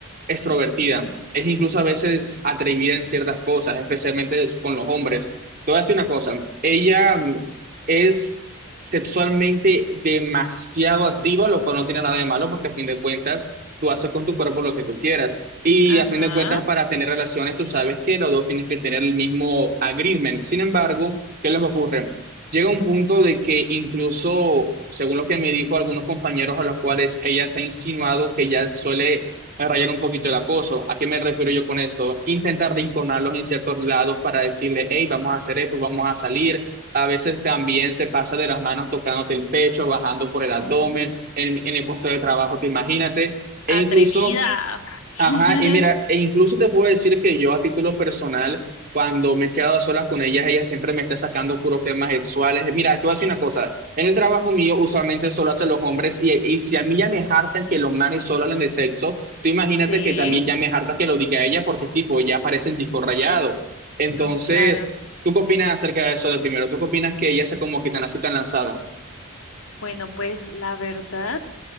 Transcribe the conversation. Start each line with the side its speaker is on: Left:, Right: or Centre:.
Right: extrovertida, es incluso a veces atrevida en ciertas cosas, especialmente es- con los hombres. Te voy a decir una cosa, ella mm, es sexualmente demasiado activa, lo cual no tiene nada de malo porque a fin de cuentas tú haces con tu cuerpo lo que tú quieras. Y
Left: Ajá.
Right: a fin de cuentas para tener relaciones tú sabes que los dos tienes que tener el mismo agreement. Sin embargo, ¿qué les ocurre? Llega un punto de que incluso, según lo que me dijo algunos compañeros a los cuales ella se ha insinuado que ya suele a rayar un poquito el acoso. ¿A qué me refiero yo con esto? Intentar rinconarlos en ciertos lados para decirle, hey, vamos a hacer esto, vamos a salir. A veces también se pasa de las manos tocándote el pecho, bajando por el abdomen,
Left: Oh,
Right: en, en el puesto de trabajo, te imagínate. E
Left: atrevida.
Right: incluso Ajá,
Left: <laughs>
Right: y mira, e incluso te puedo decir que yo a título personal, cuando me he quedado a solas con ellas, ella siempre me está sacando puros temas sexuales. Mira, te voy a decir una cosa, en el trabajo mío usualmente solo hacen los hombres y, y si a mí ya me hartan que los manes solo hablen de sexo, tú imagínate
Left: Sí,
Right: que también ya me harta que lo diga ella porque tipo, ya parecen disco rayado. Entonces,
Left: no, claro.
Right: ¿tú qué opinas acerca de eso de primero? ¿Tú qué opinas que ella sea como que tan así tan lanzada?
Left: Bueno, pues la verdad